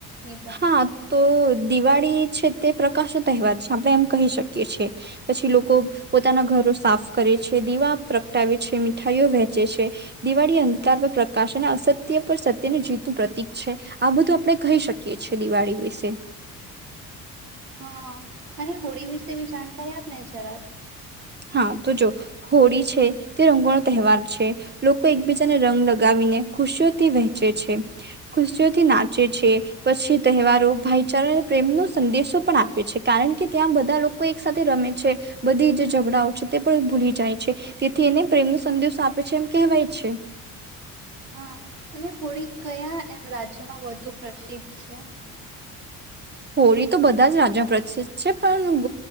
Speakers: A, on the right; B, on the right.
A: નિબંધ
B: હા તો દિવાળી છે તે પ્રકાશ નો તહેવાર છે આપણે એમ કહી શકીએ છીએ, પછી લોકો પોતાના ઘરો સાફ કરે છે દીવા પ્રગટાવે છે મીઠાઈઓ વહેંચે છે, દિવાળી અંધકાર પર પ્રકાશ અને અસત્ય પર સત્યને જીતું પ્રતિક છે, આ બધું આપડણે કહી શકીએ. કે છે દિવાળી વિશે.
A: હા અને હોળી વિશે બી જાણકારી આપને જરાક.
B: હા તો જો હોળી છે તે રંગો નો તહેવાર છે, લોકો એકબીજાને રંગ લગાવીને ખુશીઓથી વહેંચે છે, ખુશીઓથી નાચે છે પછી તહેવારો ભાઈચારાને પ્રેમનો સંદેશો પણ આપે છે કારણ કે ત્યાં બધા લોકો એક સાથે રમે છે, બધી ડા છે તે પણ ભૂલી જાય છે, તેથી એને પ્રેમ ન સંદેશો આપે છે એમ કહેવાય છે.
A: હા, અને હોળી કયા એમ રાજ્યમાં વધુ પ્રસિદ્ધ છે?
B: હોળી તો બધા જ રાજ્યો પ્રસિદ્ધ છે પણ